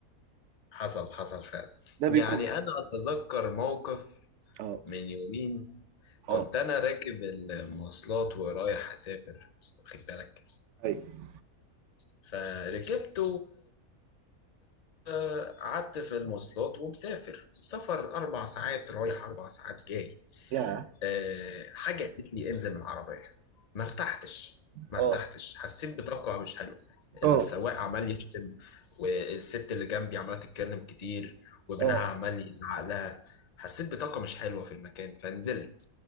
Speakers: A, on the left; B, on the right.
A: حصل حصل فعلا
B: ده
A: يعني
B: بيكون
A: أنا أتذكر موقف
B: اه
A: من يومين كنت
B: اه
A: أنا راكب المواصلات ورايح أسافر واخد بالك
B: ايوه
A: فركبت وقعدت في المواصلات ومسافر سفر أربع ساعات رايح أربع ساعات جاي
B: يا
A: آه، حاجة قالت لي انزل من العربية ما ارتحتش ما
B: اه
A: ارتحتش حسيت بطاقة مش حلوة السواق
B: اه
A: عمال يشتم والست اللي جنبي عمالة تتكلم كتير وابنها
B: اه
A: عمال يزعق لها حسيت بطاقة مش حلوة في المكان فنزلت